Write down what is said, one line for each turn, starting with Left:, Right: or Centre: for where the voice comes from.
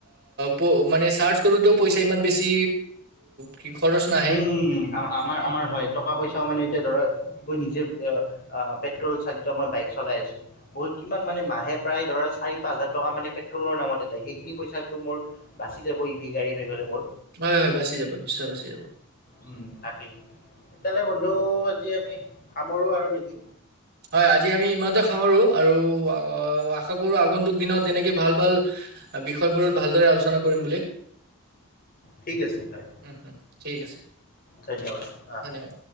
Right: প মানে চাৰ্চ কৰোঁতেও, পইচা ইমান বেছি কি খৰচ নাই।
Left: উম, উম, উম, আমাৰ আমাৰ, আমাৰ হয়, টকা-পইচাও মানে এতিয়া ধৰা, মই নিজে পেট্ৰ'ল চালিত মই বাইক চলাই আছো। বহুত কিমান মানে, মাহে প্ৰায় ধৰা, চাৰি, পাঁচ হাজাৰ টকা মানে পেট্ৰল'ৰ নামতে যায়। সেইখিনি পইচাটো মোৰ বাচি যাব, ই ভি গাড়ী হৈ গ'লে মোৰ।
Right: হয়, হয়, বাচি যাব, নিশ্চয় বাচি যাব।
Left: উম, তাকেই। তেতিয়ালে বন্ধু আজি আমি, সামৰো আৰু নেকি।
Right: হয়, আজি আমি ইমানতে সামৰো, আৰু আ আশা কৰো, আগন্তুক দিনত তেনেকে ভাল, ভাল বিষয়বোৰত ভালদৰে আলোচনা কৰিম বুলি।
Left: ঠিক আছে, হয়।
Right: উম, উম, ঠিক আছে।
Left: ধন্যবাদ, অ'।
Right: ধন্যবাদ